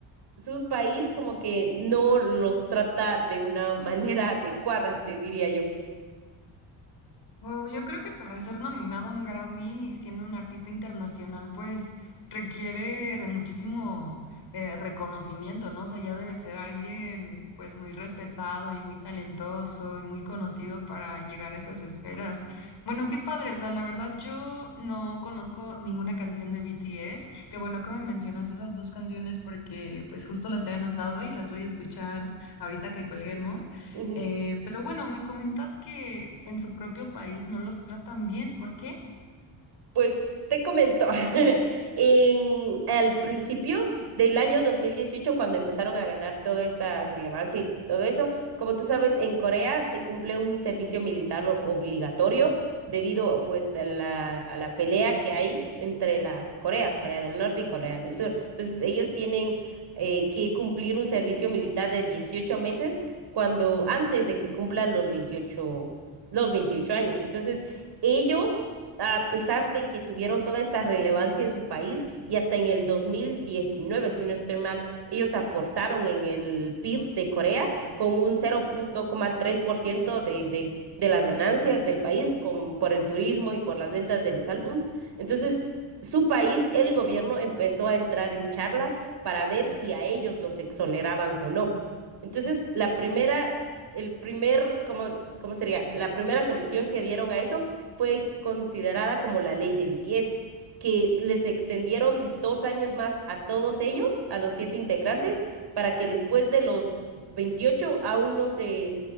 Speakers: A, on the right (about 55°); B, on the left (about 55°).
A: su país como que no los trata de una <laughs> manera adecuada, te diría yo.
B: Wow, yo creo que para ser nominado a un Grammy siendo un artista internacional, pues requiere de muchísimo eh, reconocimiento, ¿no? O sea, ya debe ser alguien pues muy respetado y muy talentoso y muy conocido para llegar a esas esferas. Bueno, qué padre, o sea, la verdad yo no conozco ninguna canción de BTS. Qué bueno que me mencionas esas dos canciones porque pues justo las he anotado y las voy a escuchar ahorita que colguemos.
A: Ujú.
B: Eh, pero bueno, me comentas que en su propio país no los tratan bien, ¿por qué?
A: Pues te comento, <laughs> en, al principio del año 2018 cuando empezaron a ganar toda esta relevancia y todo eso, como tú sabes, en Corea se cumple un servicio militar lo- obligatorio debido pues a la, a la pelea que hay entre las Coreas, Corea del Norte y Corea del Sur. Entonces ellos tienen eh, que cumplir un servicio militar de 18 meses cuando antes de que cumplan los veintiocho los 28 años. Entonces ellos a pesar de que tuvieron toda esta relevancia en su país y hasta en el 2019, si no estoy mal, ellos aportaron en el PIB de Corea con un 0.3% de, de, de las ganancias del país con, por el turismo y por las ventas de los álbums. Entonces, su país, el gobierno empezó a entrar en charlas para ver si a ellos los exoneraban o no. Entonces, la primera, el primer, ¿cómo, cómo sería? La primera solución que dieron a eso fue considerada como la ley de BTS, que les extendieron dos años más a todos ellos, a los siete integrantes, para que después de los 28 aún no se